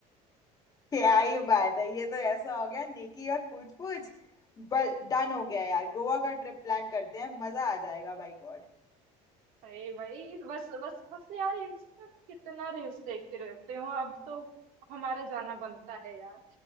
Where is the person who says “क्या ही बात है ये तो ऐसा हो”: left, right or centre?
Left